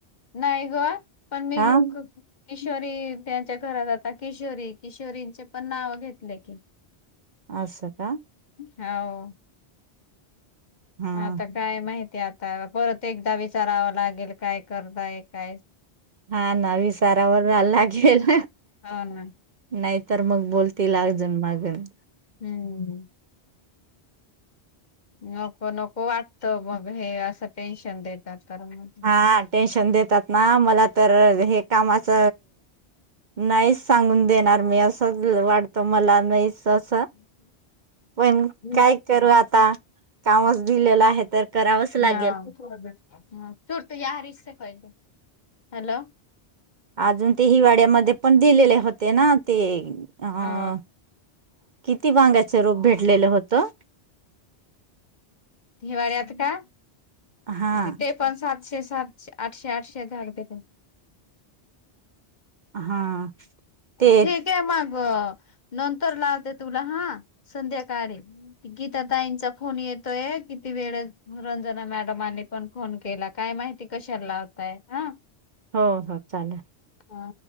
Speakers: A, on the left; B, on the right.
A: नाही गोवा पण मी
B: हा
A: खूप किशोरी त्यांच्या घरात आातता किशोरी किशोरींचे पण नाव घेतले की
B: असश का?
A: होा
B: हा
A: आता काय माहिती आता परत एकदा विचारावं लागेल काय करताय काय?
B: हा ना विसारावर लागेल.
A: हो ना
B: नाही तरर मग बोलते अगजण मागून
A: हम्म. नको नको वाटत मग हे असं टेन्शन देतात तर म
B: ह टेन्शन देतात ना मला तर हे कामाच. नाहीच सांगून देणार मी असंच वाटत मला नाही. असस पण
A: हम्
B: काय करू आता कामच दिलेलं आहे तर करावंच लागेल
A: हा तू या रि कले हॅलो.
B: अजून ते हिवाळ्यामध्ये पण दिलेले होते ना ते अ
A: हा
B: किती वांग्याच रूप भेटलेलं होतं.
A: हिवाळ्या आत का
B: हा
A: आणि ते पण सातशे सातशे आठशे आठशे धकते.
B: हा ते
A: ठीक ये मग अ नंतर लावते तुला हा संध्याकाळी गीता ताईंचा फोन येतोय किती वेळ रंजना मॅडम आणि पण फोन केला काय माहिती कशाला लावताय हा
B: हो हो चालेल
A: हा.